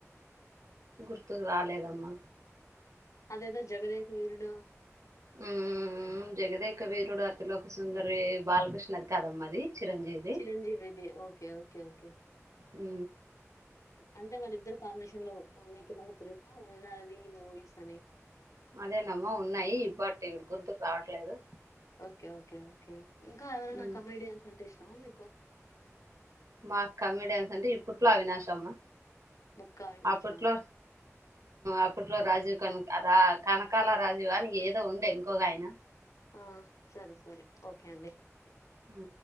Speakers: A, on the right; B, on the left.
A: గుర్తుకు రాలేదమ్మా
B: అదేదా జగదేక్ వేరుడం
A: ఉ జగదేక వీరుడు అతిలోక సుందరి బాలకృష్ణది కాదమ్మ అది చిరంజీవిది
B: చిరంజీవిది ఓకే ఓకే ఓకే
A: ఉ
B: అంటే వాల్లిద్దరు కాంబినేషన్ లో మీకు ఏమన్నా తెలుసా ఉన్నవి మూవీస్ అని
A: అదేనమ్మో ఉన్నాయి బట్ ఇప్పుడు గుర్తుకు
B: హ్మ్.
A: రావట్లేదు
B: ఓకే ఓకే ఓకే ఇంకా ఎవరనా
A: ఉమ్
B: నా కమమిడియన్స్ అంటే ఇష్టం చ మీకు
A: మా కమెడియన్స్ అంటే ఇప్పట్లో అవినాశమ్మా
B: ముక్కా వినాశ
A: అప్పట్లో అప్పట్లో రాజీవ్ కన అద కనకాల రాజు అని ఏదో ఉండే ఇంకోగా ఆయన
B: ఆ సరే సర ఓకే అండి
A: అ